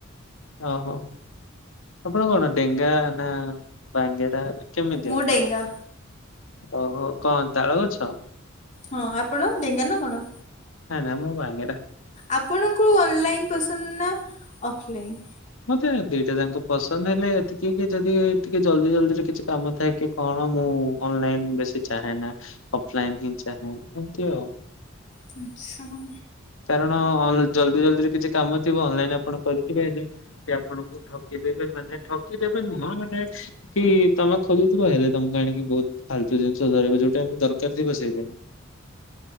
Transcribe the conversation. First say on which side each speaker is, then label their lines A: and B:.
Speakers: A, on the left (about 70°); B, on the left (about 35°).
A: ଓହୋ ଆପଣ କଣ ଡେଙ୍ଗା ନା ବାଙ୍ଗେରା କେମିତିଆ
B: ମୋ ଡେଙ୍ଗା
A: ଓହୋ କଣ ତାଳ ଗଛ?
B: ହଁ ଆପଣ ଢେଙ୍ଗାନା କଣ?
A: ନା ନା ମୁଁ ବାଙ୍ଗେରା।
B: ଆପଣଙ୍କୁ ଅନ୍ ଲାଇନ୍ ପସନ୍ଦ ନା ଅଫ୍ ଲାଇନ୍?
A: ମତେ ଦିଟା ଯାକ ପସନ୍ଦ ହେଲେ ଏତିକି କି ଯଦି ଟିକେ ଜଲ୍ଦି ଜଲ୍ଦିରେ କିଛି କାମ ଥାଏ କି କଣ ମୁଁ ଅନ୍ ଲାଇନ୍ ବେଶୀ ଚାହେଁ ନା ଅଫ୍ ଲାଇନ୍ ହିଁ ଚାହେଁ ଏମତି ଉ।
B: ଆଚ୍ଛା।
A: କାରଣ ଜଲ୍ଦି ଜଲ୍ଦିରେ କିଛି କାମ ଥିବ ଅନଲାଇନ୍ ଆପଣ କରିଥିବେ ହେଲେ ସେ ଆପଣଙ୍କୁ ଠକିଦେବେ ମାନେ ଠକିଦେବେ ନୁହଁ ମାନେ କି ତମେ ଖୋଜୁଥିବ ହେଲେ ତମକୁ ଆଣିକି ବହୁତ୍ ଫାଲ୍ ତୁ ଜିନିଷ ଧରେଇବେ ଯୋଉଟା ଆମେ ଦରକାର ଥିବ ସେଇ ଅ ଜ୍ <inaudible>